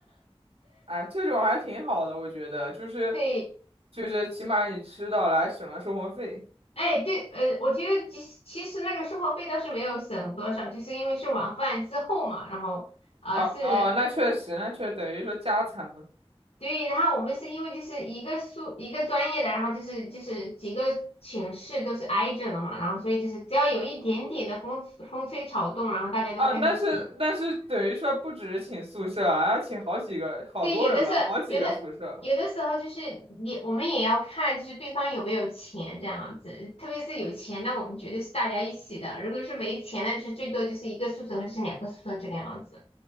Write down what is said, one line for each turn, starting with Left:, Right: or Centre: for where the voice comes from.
Right: 哎，这种还挺好的，我觉得，就是
Left: <laughs> 对，
Right: 就是起码你吃到了，还省了生活费。
Left: 哎对，呃，我觉得其实其实那个生活费倒是没有省多少，就是因为是晚饭之后嘛，然后啊、
Right: 哦、
Left: 呃是，
Right: 哦、那确实，那确实等于说加餐了。
Left: 对，然后我们是因为就是一个宿一个专业的，然后就是就是几个寝室都是挨着的嘛，然后所以就是只要有一点点的风风吹草动，然后大家都开始起。
Right: 啊，那是那是等于说不只是请宿舍啊，要请好几个，好多人了，
Left: 对，有的是，
Right: 好几个宿舍。
Left: 有的有的时候就是你，我们也要看，就是对方有没有钱这样子。特别是有钱，那我们绝对是大家一起的；如果是没钱，那就是最多就是一个宿舍或者是两个宿舍这个样子。